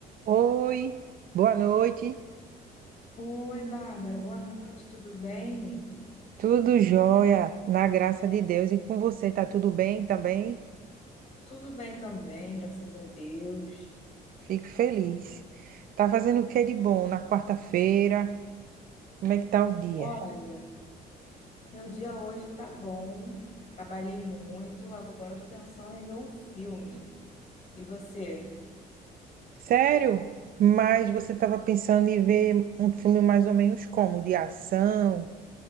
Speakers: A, on the right; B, on the left.
A: Oi, boa noite.
B: Oi, Bárbara, boa noite, tudo bem?
A: Tudo jóia, na graça de Deus. E com você, tá tudo bem também?
B: Tudo bem também, graças a Deus.
A: Fico feliz. Tá fazendo o que de bom na quarta-feira? Como é que tá o dia?
B: Olha, meu dia hoje tá bom, trabalhei muito, agora eu tô pensando em ver um filme. E você?
A: Sério? Mas você estava pensando em ver um filme mais ou menos como? De ação,